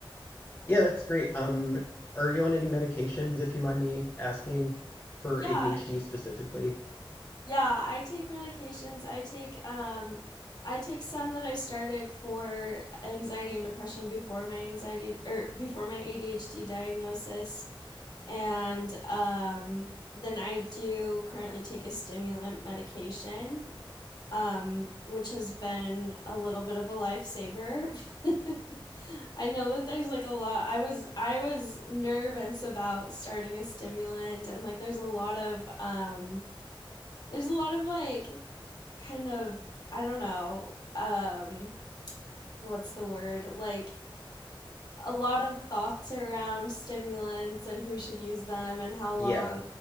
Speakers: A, on the left; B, on the left.
A: Yeah, that's great. Um, are you on any medications, if you mind me asking, for
B: Yeah,
A: ADHD specifically?
B: Yeah, I take medications. I take um I take some that I started for anxiety and depression before my anxiety or before my ADHD diagnosis. And um then I do currently take a stimulant medication, um, which has been a little bit of a lifesaver. <laughs> I know that there's like a lot I was I was nervous about starting a stimulant and like there's a lot of um there's a lot of like kind of I don't know, um what's the word? Like a lot of thoughts around stimulants and who should use them and how long,
A: Yeah.